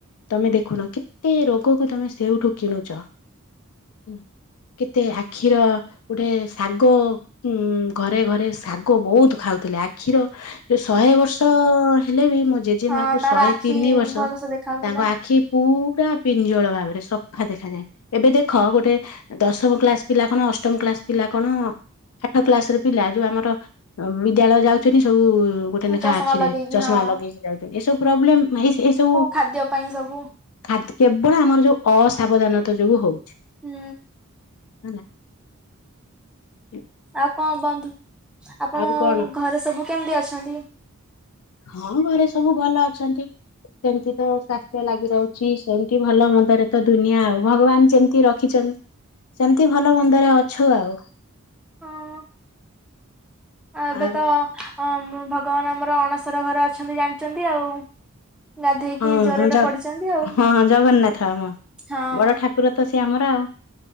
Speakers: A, on the left; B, in the centre.
A: ତମେ ଦେଖୁନ କେତେ ରୋଗକୁ ତମେ ସେଉଠୁ କିଣୁଚ଼। <unintelligible> କେତେ ଆଖିର ଗୋଟେ ଶାଗ ଉଁ ଘରେ ଘରେ ଶାଗ ବହୁତ ଖାଉ ଥିଲେ ଆଖିର ଯଉ ଶହେ ବର୍ଷ ହେଲେ ବି ମୋ ଜେଜେ
B: ହଁ
A: ମା କୁ
B: ତାର
A: ଶହେ
B: ଆଖି
A: ତିନି ବର୍ଷ
B: ଭଲସେ ଦେଖା ହାଉଥିଲା
A: ତାଙ୍କ ଆଖି ପୁ ପୁରା ପିଞ୍ଜଳ ଭାବରେ ସଫା ଦେଖାଯାଏ। ଏବେ ଦେଖ ଗୋଟେ ଦଶମ କ୍ଲାସ ପିଲା କଣ ଅ ଷ୍ଟମ କ୍ଲାସ ପିଲା କଣ <unintelligible> ଠ କ୍ଲାସରେ ପିଲା ଯୋଉ ଆମର ଆଉ ବିଦ୍ୟାଳୟ ଯାଉଚ଼ନି ସବୁ ଗୋଟେ ନେଖା
B: ଚଷମା
A: ଆଖିରେ
B: ଲଗେଇକି
A: ଚଷମା
B: ହଁ
A: ଲଗେଇକି ଯାଉଚ଼ନ୍ତି। ଏସବୁ ପ୍ରବଲେମ୍ ମେହିସ୍ ଏ ସବୁ
B: ଖାଦ୍ୟ ପାଇଁ ସବୁ
A: ଖାଦ୍ କେବଳ ଆମର ଯୋଉ ଅସାବଧାନତା ଯୋଗୁ ହଉ
B: ଉୁଁ।
A: <unintelligible> ଲା।
B: ଆଉ କଁ ବନ୍ଧୁ ଆପଣ
A: ଆଉ କଣ
B: ଘରେ ସବୁ କେମିତି ଅଛନ୍ତି?
A: ହଁ ଘରେ ସବୁ ଭଲ ଅଛନ୍ତି। ସେମିତି ତ ସ୍ଵାସ୍ଥ୍ୟ ଲାଗି ରହୁଛି ସେମତି ଭଲ ମନ୍ଦରେ ତ ଦୁନିଆ ଆଉ ଭଗବାନ ସେମିତି ରଖ ରଖିଛନ୍ତି ସେମିତି ଭଲ ମନ୍ଦରେ ଅଛ ଆଉ <inaudible>
B: ହଁ ଏବେ
A: ଆଉ
B: ତ ଭଗବାନ ଆମର ଅଣସର ଘରେ ଅଛନ୍ତି ଜାଣିଛନ୍ତି ଆଉ ଗାଧେଇକି
A: ହଁ
B: ଜ୍ୱରରେ
A: ହ
B: ପଡିଛନ୍ତି ଆଉ
A: ହଁ ଜଗନ୍ନାଥ ଆମ
B: ହଁ
A: ବଡ ଠାକୁର ତ ସେ ଆମର ଆଉ